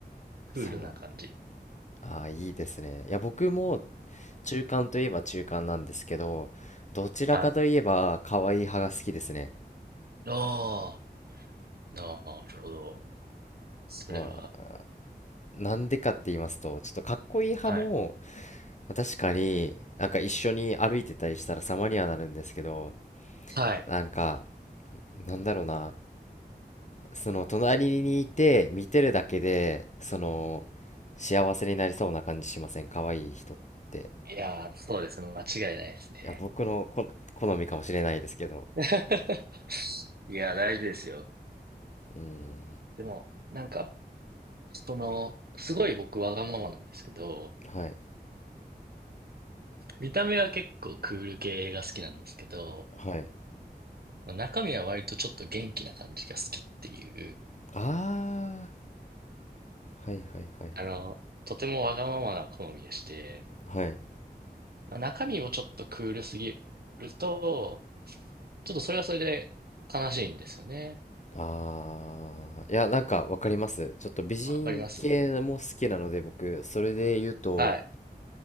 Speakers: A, on the right; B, on the left.
A: クールな感じ。
B: そう。ああ、いいですね。いや、僕も中間といえば中間なんですけど、どちらかといえば可愛い派が好きですね。
A: はい。ああ、なるほど。それは。
B: まあ、なんでかって言いますと、ちょっとかっこいい派も、
A: はい。
B: まあ確かになんか一緒に歩いてたりしたら様にはなるんですけど、
A: はい。
B: なんか、なんだろうな、その隣にいて見てるだけで、その、幸せになりそうな感じしません。可愛い人って。
A: いやー、そうですね。間違いないですね。
B: いや、僕のこ好みかもしれないですけど。
A: <laughs> いやー、大事ですよ。
B: うーん
A: でも、なんか、その、すごい僕わがままなんですけど、
B: はい
A: 見た目は結構クール系が好きなんですけど、
B: はい
A: 中身は割とちょっと元気な感じが好きっていう。
B: ああーはいはいはい
A: あの、とてもわがままな好みでして、
B: はい
A: まあ、中身もちょっとクールすぎると、ちょっとそれはそれで悲しいんですよね。
B: ああーいやなんかわかりますちょっと美人系も好きなので僕それで言うと
A: わかりますはい。